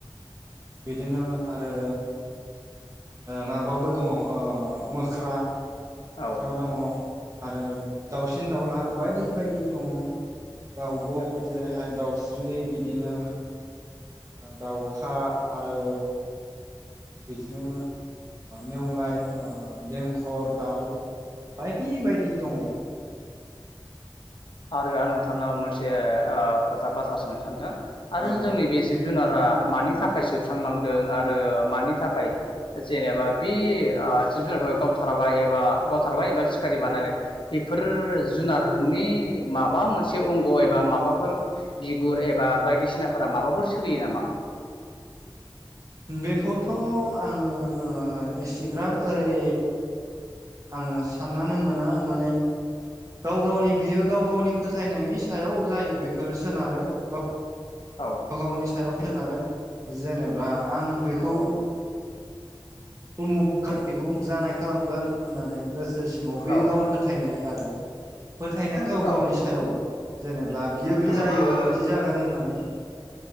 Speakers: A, on the right; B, on the left.
A: बिदिनो आरो। माबाबो दङ मोख्रा मोख्रा
B: औ
A: दङ। आरो दाउसिन दाउला बायदि बायदि दङ दाउब'
B: नों
A: जेरैहाय दाउ- स्रि बिदिनो दाउखा आरो। बिदिनो नेवलाय देंखर दाउ बायदि बायदि दङ।
B: आरो आं नोंथांनाव मोनसे खोथा बाथ्रा सोंनो सानदों आरो
A: औ
B: जोंनि बे जि जुनारा मानि थाखाय जोबस्रांलांदों आरो मानि थाखाय जेनेबा बे जिब जुनारफोर गावथारबाय एबा गावथारबाय एबा सिखारि बानायबाय बेफोर जुनारनि माबा मोनसे अंग एबा माबाफोर बिगुर एबा बायदिसिनाफोरा माबाफोर सोलियो नामा।
A: बेखौथ' आङो एसिग्राब ओरै आङो साननानो मोना मानो गाव गावनि बियो गाव गावनि फोथायनायनि सायाव जायो बेफोरो सोनारो गा-
B: औ
A: व गावनि सायाव सोनारो जेनेबा आं बेखौ
B: नंगौ नोंथां
A: उमुक <unintelligible> <unintelligible> जानाय खालामगोन होननानै गोसो सिङाव बे
B: औ
A: गावनि फोथायनाय आरो। फोथायनाया गाव
B: औ
A: गावनि सायाव जेनेबा बियो
B: नंगौ
A: बि जायो बिदि जागोन होननानै।